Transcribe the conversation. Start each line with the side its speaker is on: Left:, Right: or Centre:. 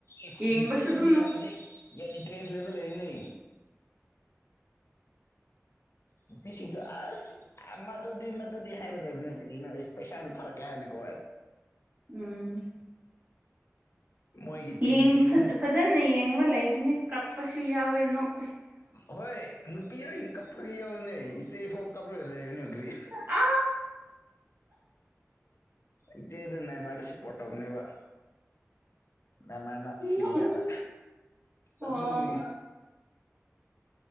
Left: ꯏꯁ
Right: ꯌꯦꯡꯕꯁꯨ
Left: ꯅꯨꯄꯤꯁꯨ
Right: ꯑꯗꯨꯝ
Left: ꯌꯥꯝ ꯂꯤꯛ ꯌꯥꯝ ꯏꯟꯇꯔꯦꯁ ꯂꯩꯕ ꯂꯩꯔꯦꯅꯦ ꯅꯨꯄꯤꯁꯤꯡꯁꯨ ꯑꯁ ꯃꯗꯨꯗꯤ ꯃꯗꯨꯗꯤ ꯍꯥꯏꯕ ꯂꯩꯕꯅꯦ ꯀꯔꯤꯅꯣ ꯏꯁ ꯄꯩꯁꯥꯗꯨ ꯊꯥꯔꯛꯀꯦ ꯍꯥꯏꯅꯀꫭ
Right: ꯎꯝ
Left: ꯃꯣꯏꯒꯤ ꯇꯤꯝꯁꯤꯗꯤ
Right: ꯌꯦꯡꯕ ꯐꯖꯅ ꯌꯦꯡꯕ ꯂꯩꯕꯅꯦ ꯀꯞꯄꯁꯨ ꯌꯥꯎꯋꯦ ꯅꯣꯛ
Left: ꯍꯣꯏ ꯅꯨꯄꯤ ꯌꯥ ꯀ ꯌꯥꯎ ꯅ ꯏꯆꯦ ꯐꯥꯎ ꯀꯄꯔ ꯂꯩꯕꯅꯦ
Right: ꯑ
Left: ꯏꯆꯦꯗꯨ ꯅꯦꯃꯥꯔ‌ꯗꯥ ꯁꯄꫭꯠ ꯇꯧꯕꯅꯦꯕ ꯅꯦꯃꯥꯔꯅ ꯁꯤꯒꯕ
Right: ꯅꯣꯛꯅꯤꯡꯉꯤ ꯑꯣ
Left: ꯑꯗꯨꯒꯤ